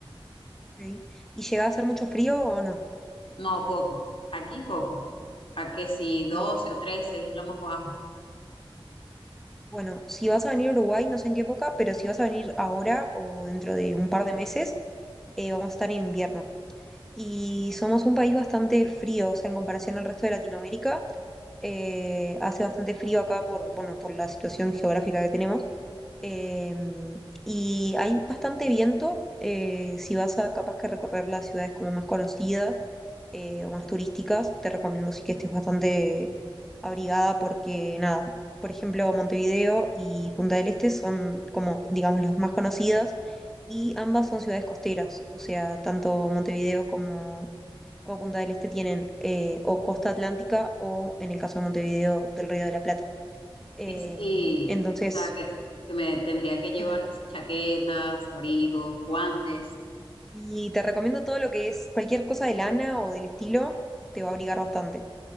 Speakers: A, in the centre; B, on the left (about 70°).
A: ok. ¿Y llega a hacer mucho frío o no?
B: No, poco. Aquí poco. A que si doce
A: Ah, ok.
B: o 13 es lo más bajo.
A: Bueno, si vas a venir a Uruguay, no sé en qué época, pero si vas a venir ahora o dentro de un par de meses, eh, vamos a estar en invierno. y somos un país bastante frío, o sea, en comparación al resto de Latinoamérica. eh, hace bastante frío acá por, bueno, por la situación geográfica que tenemos. Em, y hay bastante viento. eh, si vas a capaz que recorrer las ciudades como más conocidas eh, o más turísticas, te recomiendo sí que estés bastante abrigada porque nada, por ejemplo, Montevideo y Punta del Este son como, digamos, las más conocidas y ambas son ciudades costeras. O sea, tanto Montevideo como, como Punta del Este tienen eh, o costa atlántica o, en el caso de Montevideo, del Río de la Plata. Em,
B: Y, y,
A: entonces,
B: o sea, que, que me tendría que llevar
A: es ventajoso.
B: que si chaquetas, abrigos, guantes,
A: Y te recomiendo todo lo que es cualquier cosa de lana o del estilo, te va a abrigar bastante,